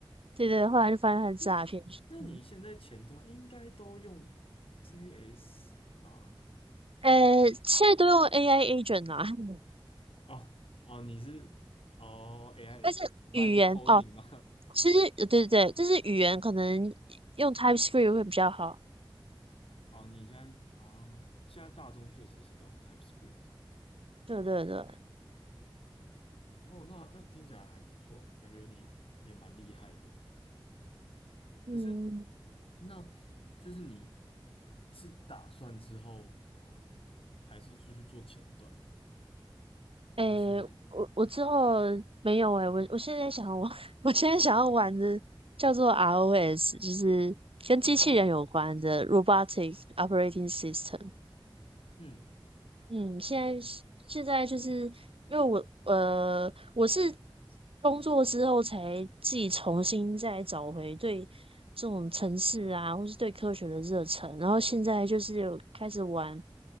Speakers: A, on the right; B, on the left.
A: 对对，后来就发现他是诈骗。
B: 那那你现在前端应该都用
A: 嗯，
B: JS 吗？
A: 呃，现在都用 AI agent 啊，<laughs>
B: 哦哦，你是哦 AI
A: 但是语言哦，
B: agent vibe coding 吗？
A: 其实呃对对对，就是语言可能用 TypeScript 会比较好。
B: <laughs> 哦，你现在啊，现在大众确实是都用 TypeScript。
A: 对对对，
B: 哦，那那听起来还不错欸，感觉你也蛮厉害的。
A: 嗯。
B: 可是，那就是你是打算之后啊，呃还是继续做前端吗？
A: 诶，
B: 还是嗯
A: 我我之后没有诶，我我现在想我
B: 嗯
A: <laughs> 我现在想要玩的叫做 ROS，就是跟机器人有关的
B: 哦
A: Robotic Operating System。
B: 嗯
A: 嗯，现在是现在就是因为我呃我是工作之后才自己重新再找回对这种城市啊，或是对科学的热忱，然后现在就是有开始玩